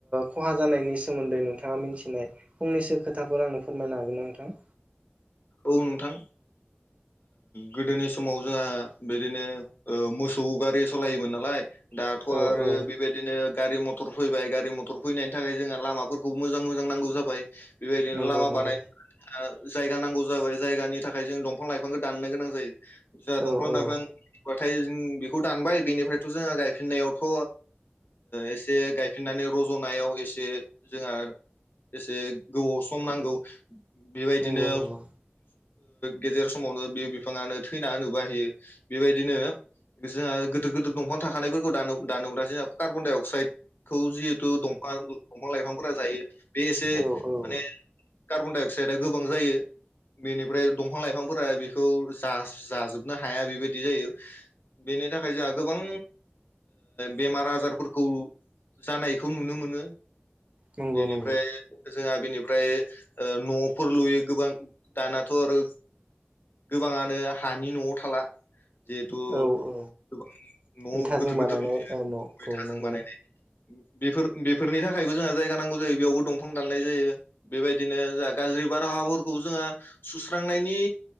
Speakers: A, on the right; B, on the left.
A: खहा जानायनि सोमोन्दै नोंथाङा मिथिनाय फंनैसो खोथाफोर आं नो फोरमायनो हागोन नोंथां
B: औ नोंथां गोदोनि समाव जोंहा बिदिनो मो सौ गारि सालायोमोन नालाय दाथ'
A: औ
B: आरो
A: औ
B: बेबायदिनो गारि मथर फैबाय गारि मथर फैनायनि थाखाय जोंहा लामाफोरखौ मोजां मोजां नांगौ जाबाय बेबायदिनो
A: नंगौ
B: लामा
A: नंगौ
B: बानाय जायगा नांगौ जाबाय जायगानि थाखाय जों दंफां लाइफांखौ दाननो गोनां जायो जों
A: औ
B: दंफां
A: औ
B: लाइफां नाथाय जों बेखौ दानबाय बेनिफ्रायथ' जोङो गायफिननायावथ' एसे गायफिननानै रज'नायाव एसे जोंहा एसे गोबावाव सम नांगौ बेबायदिनो
A: नंगौ नंगौ
B: गेजेर समावनो बे बिफाङानो थैना होनो बाहायो बेबायदिनो जोंहा गिदिर गिदिर दंफां थाखानायफोरखौ दानो दानोब्लासो जहा कार्बन डाइ अक्साइदखौ जिहेतु दं फां दंफां लाइफांफोरा जायो बे एसे
A: औ औ
B: माने कार्बन डाइ अक्साइदआ गोबां जायो। बेनिफ्राय दंफां लाइफांफोरा बेखौ जाजोबनो हाया बेबायदि जायो। बेनि थाखाय जोंहा गोबां बेमार आजारफोरखौ जानायखौ नुनो मोनो।
A: नंगौ
B: बेनिफ्राय
A: नंगौ
B: जोंहा बेनिफ्राय न'फोर लुयो गोबां दानाथ' आरो गोबाङानो हानि न'आव थाला। जिहेथु
A: औ औ
B: गोबां न'आव
A: इथाजों
B: गिदिर
A: बानायनाय
B: गिदिर लुयो
A: औ न औ
B: इटाजों
A: नंगौ
B: बानायनाय बेफोर बेफोरनि थाखायबो जोंहा जायगा नांगौ जायो बेयावबो दंफां दाननाय जायो बेबायदिनो जोंहा गा ज्रि बारहावाफोरखौ जोङो सुस्रांनायनि